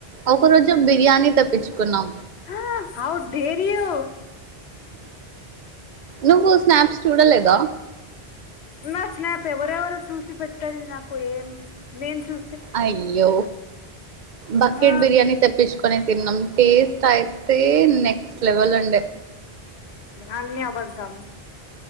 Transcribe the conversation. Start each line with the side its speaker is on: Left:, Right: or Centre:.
Right: ఒక రోజు బిరియానీ తెప్పించ్ కున్నాం
Left: హ హౌ డేర్ యూ
Right: నువ్వు స్నాప్స్ చూడలేదా
Left: స్నాప్ స్నాప్ ఎవరెవరు చూసి పెట్టారు నాకు ఏం నేను చూ
Right: అయ్యో బకెట్
Left: ఆ
Right: బిర్యానీ తెప్పించుకో కొని తిన్నాం టేస్ట్ అయితే నెక్స్ట్ లెవెల్ ఉండే
Left: అన్ని అబద్దం